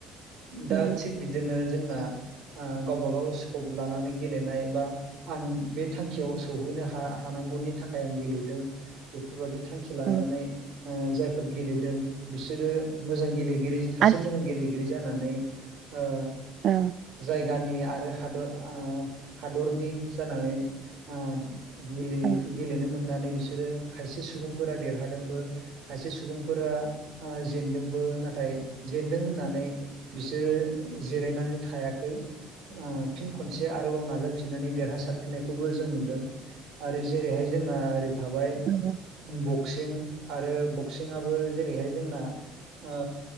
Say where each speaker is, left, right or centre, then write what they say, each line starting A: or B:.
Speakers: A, on the right; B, on the right.
A: दा
B: औ
A: थिग बिदि बिदिनो जोंना ओ गावबा गाव स्कप लानानै गेलेनाय बा आं बे थांखियाव सौहैनो हा हानांगौनि थाखाय आं गेलेदों बेफोरबायादि थांखि लानानै
B: औ
A: ओ जायफोर गेलेदों बिसोरो मोजां गेलेगिरि सासे
B: आथि
A: मोजां गेलेगिरि जानानै ओ
B: ओ
A: जायगानि आरो हादर ओ हादरनि जानानै ओ गेले
B: औ
A: गेलेनो मोननानै बिसोरो खायसे सुबुंफोरा देरहादोंबो खायसे सुबुंफोरा जेनदोंबो नाथाय जेनदों होननानै बिसोरो जिरायनानै थायाखै। ओ फिन खनसे आरोबाव नाजाफिननानै देरहासारफिननायखौबो जों नुदों। आरो जेरैहाय जोंना ओरै थाबाय
B: <unintelligible>
A: बक्सिं आरो बक्सिं आबो जेरैहाय जोंना ओ